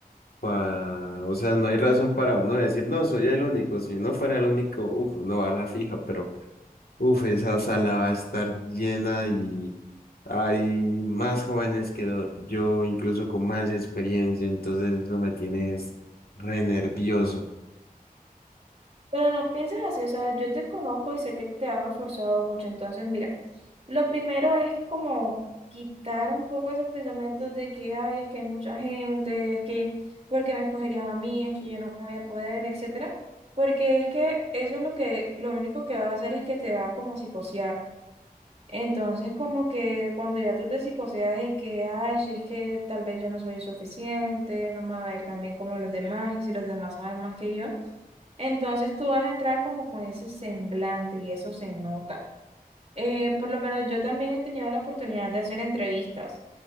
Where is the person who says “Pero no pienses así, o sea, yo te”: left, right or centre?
Right